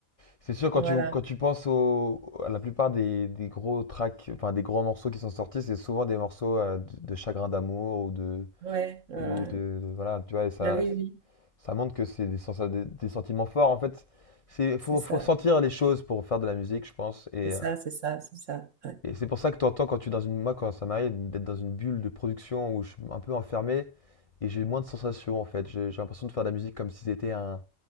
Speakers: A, on the left; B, on the right.
A: C'est sûr, quand
B: voilà,
A: tu, quand tu penses au, à la plupart des, des gros tracks, enfin des gros morceaux qui sont sortis, c'est souvent des morceaux euh, de, de chagrin d'amour ou de...
B: ouais, voilà.
A: Ou de, de- voilà, tu vois, et ça,
B: Ben oui, oui,
A: ça montre que c'est des, sensa- des, des sentiments forts. En fait, c'est
B: c'est
A: faut,
B: ça,
A: faut sentir les choses pour faire de la musique, je pense. Et,
B: c'est ça,
A: euh,
B: c'est ça, c'est ça. ouais.
A: Et c'est pour ça que tu entends quand tu es dans une. Moi, quand ça m'arrive d'être dans une bulle de production où je suis un peu enfermé et j'ai moins de sensations en fait. J'ai j'ai l'impression de faire de la musique comme si c'était un,